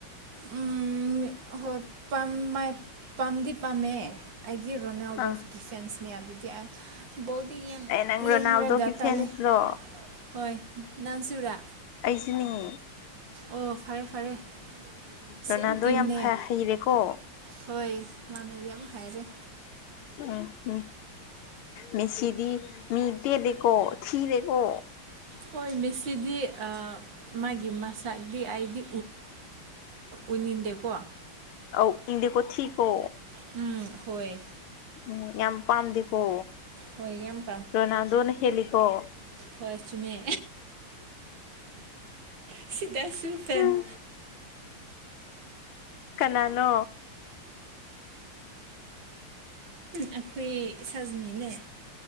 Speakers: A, on the right; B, on the left.
A: ꯎꯝ ꯍꯣꯏ ꯄꯝ ꯄꯥꯝꯗꯤ ꯄꯥꯝꯃꯦ ꯑꯩꯗꯤ ꯔꯣꯅꯥꯜꯗꯣ
B: ꯑꯥ
A: ꯀꯤꯆꯟꯁꯤꯅꯦ ꯑꯗꯨꯗꯤ ꯑ ꯕꯣꯜꯗꯤ ꯌꯦ
B: ꯑꯦ ꯅꯪ ꯔꯣꯅꯥꯜꯗꯣꯒꯤ
A: ꯌꯦꯡꯉꯨꯔꯒ ꯇꯂꯦ
B: ꯐꯦꯟꯁꯂꯣ
A: ꯍꯣꯏ ꯅꯪꯁꯨꯨꯔꯥ
B: ꯑꯩꯁꯤꯅꯤ
A: ꯑꯣ ꯐꯔꯦ ꯐꯔꯦ ꯁꯦꯝ
B: ꯔꯣꯅꯥꯜꯗꯣ
A: ꯇꯤꯝꯅꯦ
B: ꯌꯥꯝ ꯐ ꯍꯩꯔꯦꯀꯣ
A: ꯍꯣꯏ ꯃꯥꯅꯕꯤ ꯌꯥꯝ ꯍꯥꯏꯔꯦ
B: ꯑ ꯎꯝ ꯃꯦꯁꯤꯗꯤ ꯃꯤ ꯇꯦꯜꯂꯦꯀꯣ ꯊꯤꯔꯦꯀꯣ
A: ꯍꯣꯏ ꯃꯦꯁꯤꯗꯤ ꯃꯥꯒꯤ ꯃꯁꯛ ꯗꯤ ꯑꯩꯗꯤ ꯎꯅꯤꯡꯗꯦꯀꯣ
B: ꯑ ꯏꯗꯤꯀꯣ ꯊꯀꯣ
A: ꯎꯝ ꯍꯣꯏ
B: ꯎꯝ ꯌꯥꯝ ꯄꯥꯝꯗꯦꯀꯣ
A: ꯍꯣꯏ ꯌꯥꯝ
B: ꯔꯣꯅꯥꯜꯗꯣꯅ ꯍꯦꯜꯂꯤꯀꯣ
A: ꯐꯁ ꯃ ꯁꯤꯗ ꯁꯨꯐꯦꯟ
B: ꯎꯝ ꯀꯅꯥꯅꯣ
A: ꯑꯩꯈꯣꯏ ꯁꯖꯅꯤꯅꯦ